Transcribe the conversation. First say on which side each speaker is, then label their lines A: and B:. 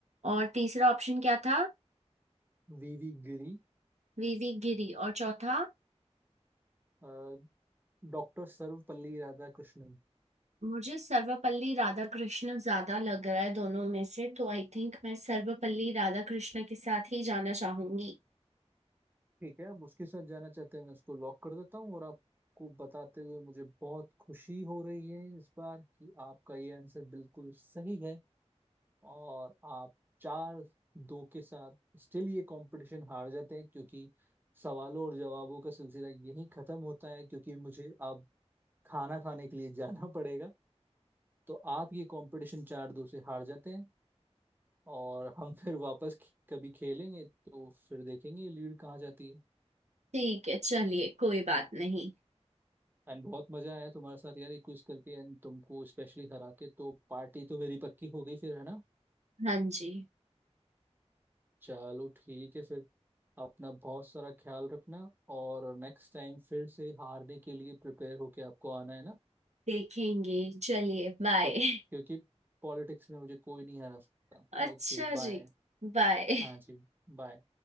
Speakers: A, on the right; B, on the right.
A: और तीसरा ऑप्शन क्या था
B: वीवी गिरी
A: वीवी गिरी और चौथा
B: अ, डॉक्टर सर्वपल्ली राधाकृष्णन
A: मुझे सर्वपल्ली राधाकृष्ण ज्यादा लग रहा है दोनों में से तो आई थिंक मैं सर्वपल्ली राधाकृष्ण के साथ ही जाना चाहूंगी
B: ठीक है आप उसके साथ जाना चाहते हैं मैं उसको लॉक कर देता हूँ और आपको बताते हुए मुझे बहुत खुशी हो रही है इस बार कि आपका ये आंसर बिल्कुल सही है और आप चार दो के साथ स्टिल ये कंपटीशन हार जाते हैं क्योंकि सवालों और जवाबों का सिलसिला यहीं खत्म होता है क्योंकि मुझे अब खाना खाने के लिए <laughs> जाना पड़ेगा तो आप ये कंपटीशन चार दो से हार जाते हैं और हम फिर वापस कभी खेलेंगे तो फिर देखेंगे लीड कहाँ जाती है
A: ठीक है चलिए कोई बात नहीं
B: एंड बहुत मजा आया तुम्हारे साथ यार ये क्विज करके एंड तुमको स्पेशली हरा के तो पार्टी तो मेरी पक्की हो गई फिर है ना
A: हाँ जी
B: चलो ठीक है फिर अपना बहुत सारा ख्याल रखना और नेक्स्ट टाइम फिर से हारने के लिए प्रिपेयर होके आपको आना है ना
A: देखेंगे चलिए बाय
B: तो क्योंकि
A: <laughs>
B: पॉलिटिक्स में मुझे कोई नहीं हरा सकता
A: अच्छा
B: Okay bye
A: जी बाय
B: हाँ जी बाय